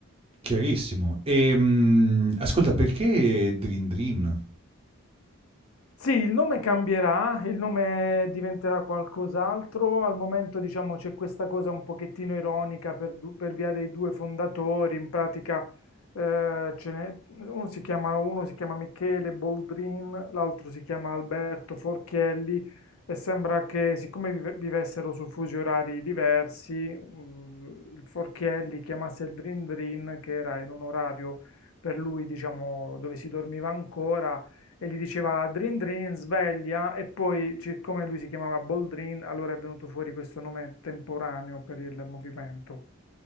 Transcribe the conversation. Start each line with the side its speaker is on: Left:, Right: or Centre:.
Right: Chiarissimo. Ehm, ascolta, perché Drin Drin?
Left: Sì, il nome cambierà, il nome diventerà qualcos'altro. Al momento, diciamo, c'è questa cosa un pochettino ironica per, du- per via dei due fondatori. In pratica, eh, ce n'è- uno si chiama, uno si chiama Michele Boldrin, l'altro si chiama Alberto Forchielli. E sembra che, siccome vive- vivessero su fusi orari diversi, uh, il Forchielli chiamasse il Drin Drin, che era in un orario per lui, diciamo, dove si dormiva ancora e gli diceva Drin Drin, sveglia, e poi, siccome lui si chiamava Boldrin, allora è venuto fuori questo nome temporaneo per il movimento.